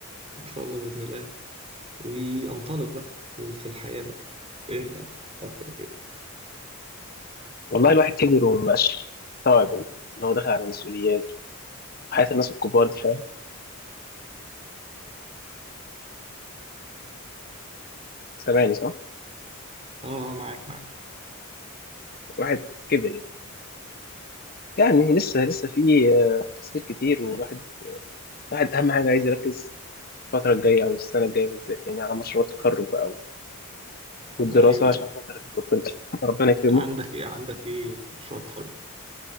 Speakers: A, on the right; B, on the left.
A: إن شاء الله بإذن الله وأنطلق بقى في الحياة بقى أنت أخبرك إيه؟
B: والله الواحد كبر ومبقاش مستوعب ان هو داخل على مسؤوليات وحياة الناس الكبار دي فاهم سامعني صح
A: أه معاك معاك
B: الواحد كبر يعني يعني لسه لسه في آه، تفاصيل كتير والواحد الواحد اهم حاجه عايز يركز الفتره الجايه او السنه الجايه بالذات يعني على مشروع التخرج بقى والدراسه
A: أيوه
B: عشان
A: أيوه
B: خاطر ربنا ربنا يكرمه
A: عندك إيه عندك إيه مشروع التخرج؟